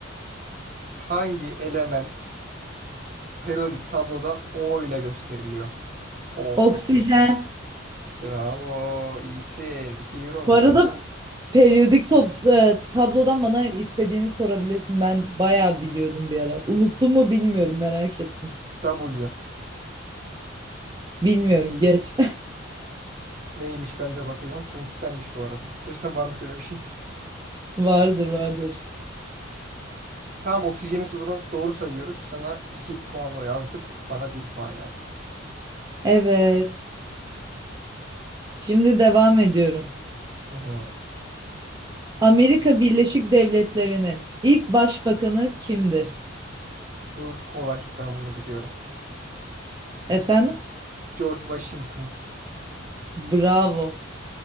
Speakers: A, on the right; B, on the right.
A: Hangi element periyodik tabloda O ile gösteriliyor? O.
B: Oksijen.
A: Bravo. iyisin. 2-1 oldu.
B: Bu arada periyodik top- e, tablodan bana istediğini sorabilirsin. Ben bayağı biliyordum bir ara. Unuttum mu bilmiyorum merak ettim.
A: W.
B: Bilmiyorum geç.
A: Neymiş ben de bakacağım. Tungstenmiş bu arada. Gerçekten varmış öyle bir şey.
B: <laughs> Vardır vardır.
A: Tamam oksijeni o zaman doğru sayıyoruz. Sana 2 puan yazdık. Bana bir puan yazdık.
B: Evet. Şimdi devam ediyorum.
A: Hı hı.
B: Amerika Birleşik Devletleri'nin ilk başbakanı kimdir?
A: Bu kolay. Ben bunu biliyorum.
B: Efendim?
A: George Washington.
B: Bravo.